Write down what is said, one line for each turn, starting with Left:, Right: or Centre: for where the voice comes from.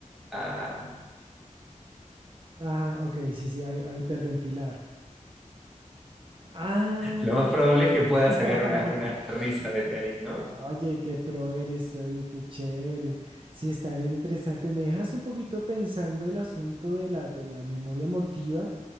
Centre: a
Right: ah, ok, sí, sí, hay, hay hiperventilar. Ah,
Centre: Lo más probable es que pueda
Right: <laughs>
Centre: sacar una, una risa desde ahí, ¿no?
Right: oye, qué pro eres, oye, qué chévere. Sí, está bien interesante. Me dejas un poquito pensando el asunto de la, de la memoria emotiva.